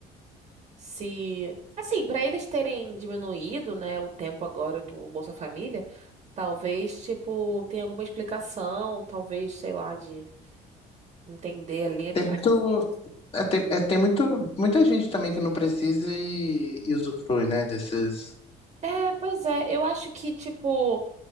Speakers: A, on the right (about 45°); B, on the left (about 35°).
A: se. Assim, para eles terem diminuído, né, o tempo agora do Bolsa Família, talvez, tipo, tenha alguma explicação, talvez, sei lá, de entender ali.
B: Tem muito, é, tem, é, tem muito, muita gente também que não precisa e, e usufrui, né, desses...
A: É, pois é. Eu acho que, tipo,